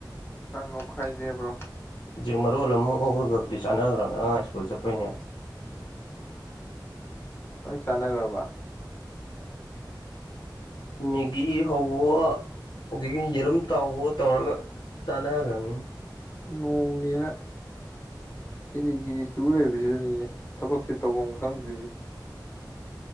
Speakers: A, on the left; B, on the left.
A: ꯆꯥꯛ ꯉꯧꯈꯥꯏꯖꯦꯕ꯭ꯔꯣ
B: ꯍꯧꯖꯤꯛ ꯃꯔꯣꯜ ꯑꯃ ꯍꯧꯈ꯭ꯔꯕꯗꯤ ꯆꯥꯟꯅꯈ꯭ꯔꯕꯅꯦ ꯑꯉꯥꯡ ꯁ꯭ꯀꯨꯜ ꯆꯠꯄꯩꯅꯦ
A: ꯍꯣꯏ ꯆꯥꯟꯅꯈ꯭ꯔꯕ
B: ꯃꯤꯒꯤ ꯍꯧꯕꯑꫭ ꯑꯗꯒꯤ ꯌꯦꯔꯨꯝ ꯇꯥꯎꯕ ꯇꯧꯔꯒ ꯆꯥꯟꯅꯈ꯭ꯔꯕꯅꯤ
A: ꯅꯣꯡꯅꯦꯅ ꯍꯤꯅꯤ ꯍꯤꯅꯤ ꯆꯨ ꯂꯩꯕꯁꯤꯗꯅꯤꯅꯦ ꯊꯕꯛꯁꯦ ꯇꯧꯐꯝ ꯈꯪꯗ꯭ꯔꯤꯁ